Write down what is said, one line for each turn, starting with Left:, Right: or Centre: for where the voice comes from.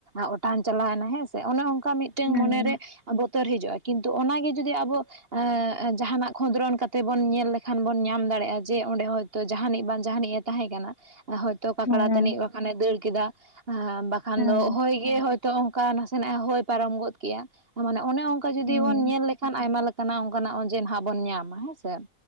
Right: ᱚᱴᱟᱝ ᱪᱟᱞᱟᱣᱮᱱᱟ ᱦᱮᱸ ᱥᱮ ᱚᱱᱮ ᱚᱱᱠᱟ ᱢᱤᱫᱴᱮᱱ
Left: ᱦᱮᱸ
Right: ᱢᱚᱱᱮᱨᱮ ᱵᱚᱛᱚᱨ ᱦᱤᱡᱩᱜᱼᱟ, ᱠᱤᱱᱛᱩ ᱚᱱᱟᱜᱮ ᱡᱩᱫᱤ ᱟᱵᱚ ᱮᱸᱻ ᱡᱟᱦᱟᱸᱱᱟᱜ ᱠᱷᱚᱸᱫᱽᱨᱚᱱ ᱠᱟᱛᱮᱫ ᱵᱚᱱ ᱧᱮᱞ ᱞᱮᱠᱷᱟᱱ ᱵᱚᱱ ᱧᱟᱢ ᱫᱟᱲᱮᱭᱟᱜᱼᱟ᱾ ᱡᱮ ᱚᱸᱰᱮ ᱦᱚᱸ ᱛᱚ ᱡᱟᱦᱟᱸᱱᱤᱡ ᱵᱟᱝ ᱡᱟᱦᱟᱸᱱᱤᱡ ᱮ ᱛᱟᱦᱮᱸ ᱠᱟᱱᱟ ᱾ ᱦᱚᱭᱛᱚ ᱠᱟᱠᱲᱟ
Left: ᱦᱮᱸ
Right: ᱛᱟᱹᱱᱤᱡ ᱵᱟᱠᱷᱟᱱᱮ ᱫᱟᱹᱲ ᱠᱮᱫᱟ ᱵᱟᱠᱷᱟᱱ
Left: ᱦᱮᱸ
Right: ᱫᱚ ᱦᱚᱭᱼᱼ ᱜᱮ ᱦᱚᱭᱛᱳ ᱚᱱᱠᱟ ᱱᱟᱥᱮᱱᱟᱜ ᱦᱚᱭ ᱯᱟᱨᱚᱢ ᱜᱚᱫ ᱠᱮᱜᱼᱟ, ᱢᱟᱱᱮ ᱚᱱᱮ ᱚᱱᱠᱟ ᱡᱩᱫᱤ
Left: ᱦᱮᱸ
Right: ᱵᱚᱱ ᱧᱮᱞ ᱞᱮᱠ ᱠᱷᱟᱱ ᱟᱭᱢᱟ ᱞᱮᱠᱟᱱᱟᱜ ᱚᱱᱠᱟᱱᱟᱜ ᱚᱡᱮ ᱱᱷᱟᱜ ᱵᱚᱱ ᱧᱟᱢᱟ ᱦᱮᱸ ᱥᱮ‌ ᱾